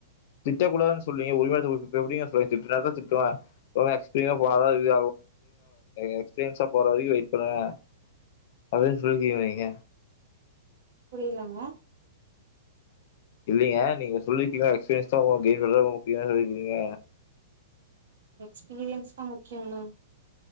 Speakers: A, on the left; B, on the right.
A: திட்டக்கூடானு சொல்வீங்க <unintelligible> ரொம்ப எக்ஸ்ப போன இது எஸ்பீரியன் போற வரை வெயிட்ண்ணுவன் அடியதான் சுருக்கி வீங்க
B: புரிலங்க
A: இல்லலைங்க நீங்க சொல்லிருக்கீங்க எக்ஸ்பீரியன்ஸ் தான் முக்கிய <unintelligible> சொல்லிருக்கீங்க
B: எக்ஸ்பீரியன்ஸ் தா முக்கியம்மா